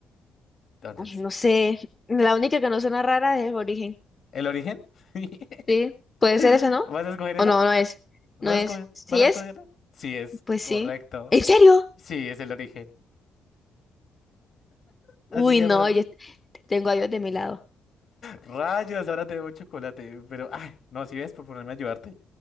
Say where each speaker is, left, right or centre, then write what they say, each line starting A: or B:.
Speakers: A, on the left (about 55°); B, on the left (about 20°).
A: Entonces,
B: Ay, no sé. La única que no suena rara es Origen.
A: ¿El Origen? <laughs>
B: Sí, puede ser esa, ¿no?
A: ¿Vas a escoger esa?
B: O no, no es.
A: ¿Vas
B: No es.
A: a escoger?
B: ¿Sí
A: ¿Vas a
B: es?
A: escogerlo? Sí, es
B: Pues
A: correcto.
B: sí. ¿En serio?
A: Sí, es el origen. Así
B: Uy,
A: se llama
B: no,
A: la...
B: yo tengo a Dios de mi lado.
A: Rayos, ahora te debo un chocolate. Pero, ay, no, si ves por ponerme a ayudarte.